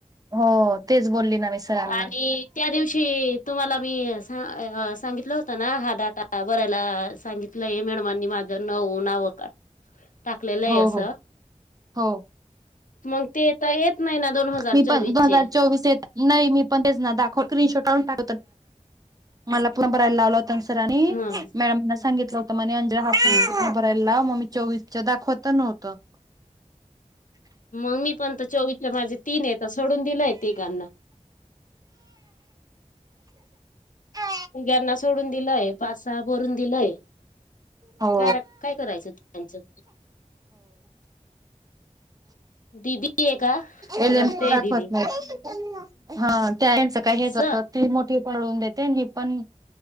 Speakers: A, on the right (about 30°); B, on the left (about 85°).
A: हो तेच बोलली ना मी सरांना
B: आणि त्या दिवशी तुम्हाला मी ह सांगितलं होत ना हा डाटा बरायला सांगितलंय मॅडमांनी माझं नऊ नावं काढ टाकलेलं आहे
A: हो
B: असं
A: हो हो
B: मग ते तर येत नाही ना दोन हजार
A: मी
B: चोवीस
A: पण दोन हजार
B: चे
A: चोवीस येत नाही मी पण तेच ना दाखवन शो टून टा मला पुण बघायला लावले होते ना मग
B: ह
A: मॅडम ना सागितले होते मंे हा
B: ह
A: बर मममी चोवीस दाखवत नव्हत
B: मग मी पण तर चोवीसच्या माझे तीन आहे तर सोडून दिलंय तिघांना
A: ह
B: मुघ्यांना सोडून दिलंय पाच सहा भरून दिलंय
A: हो
B: काय काय करायचं त्यांचं दिदी आहे का
A: एलम
B: रडतेय
A: दावत
B: दिदी
A: नाही हच काही
B: अस
A: हे त मोठी पळून देते पण